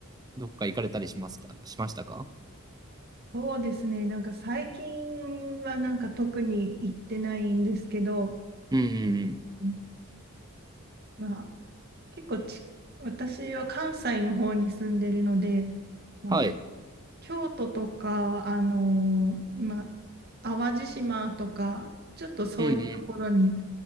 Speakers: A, on the right (about 15°); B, on the right (about 45°).
A: どっか行かれたりしましたか、しましたか
B: そうですね。なんか最近はなんか特に行ってないんですけど、
A: うんうんうん。
B: うんまあ結構ち、私は関西の方に住んでるので、まあ、
A: はい。
B: 京都とか、あのーまあ、淡路島とか、ちょっとそういうところに
A: うんうん。